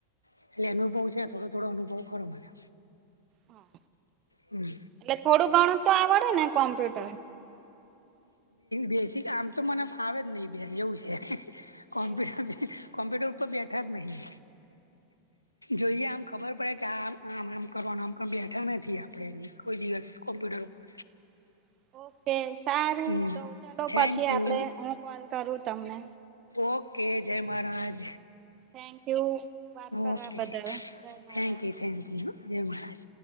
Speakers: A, on the left (about 80°); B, on the right (about 35°).
A: એટલે અનુભવ છે થોડો થોડો અનુભવ ખરો મને.
B: હા
A: હમ
B: એટલે થોડું ગણત તો આવડે ને કોમ્પ્યુટર.
A: બેસીક આમ તો મને ફાવે જ નહી બેન એવું છે. કોમ્પ્યુટર
B: એવું છે.
A: કોમ્પ્યુટર ઉપર બેઠાત નહી. જોઈએ આમ ખબર પડે કે આમ આમ આમ કરવાનું આમ ક બેઠા નથી આપણે એ કોઈ દિવસ. કોમપ્યટર ઉપર,
B: <inaudible> ઓકે સારું
A: હમ
B: તો ચલો
A: થેન્ક
B: પછી આપડે
A: યુ
B: હું કોલ કરું તમને,
A: ઓકે, જય મહારાજ.
B: થેન્ક યુ વાત કરવા
A: ઓકે,
B: બદલ જય મહારાજ.
A: થેન્કયુ થેન્ક યુ હ જય મહારાજ.